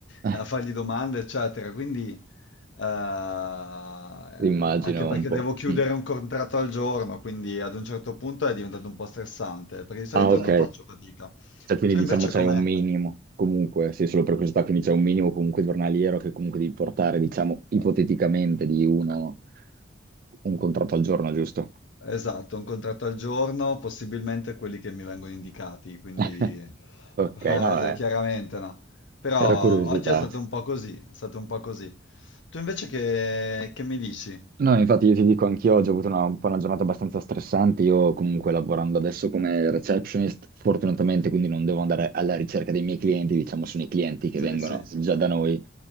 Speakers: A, on the right (about 45°); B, on the left (about 70°).
A: Eh,
B: a fargli domande, eccetera. Quindi, eh, anche
A: Immagino
B: perché
A: un po'.
B: devo chiudere
A: Mm.
B: un contratto al giorno, quindi ad un certo punto è diventato un po' stressante, perché di solito
A: Ah, ok.
B: non faccio fatica.
A: Cioè, quindi
B: Tu
A: diciamo
B: invece
A: c'è
B: come?
A: un minimo, comunque, sì, solo per curiosità, quindi c'è un minimo comunque giornaliero che comunque devi portare, diciamo, ipoteticamente di uno un contratto al giorno, giusto?
B: Esatto, un contratto al giorno, possibilmente quelli che mi vengono indicati, quindi
A: <laughs>
B: <laughs>
A: Ok,
B: eh,
A: no, eh,
B: chiaramente no. Però
A: era curiosità.
B: oggi è stato un po' così, è stato un po' così. Tu invece che, che mi dici?
A: No, infatti io ti dico, anch'io oggi ho avuto una, un po' una giornata abbastanza stressante, io comunque lavorando adesso come receptionist, fortunatamente quindi non devo andare alla ricerca dei miei clienti, diciamo sono i clienti che
B: Sì,
A: vengono
B: sì,
A: già da noi,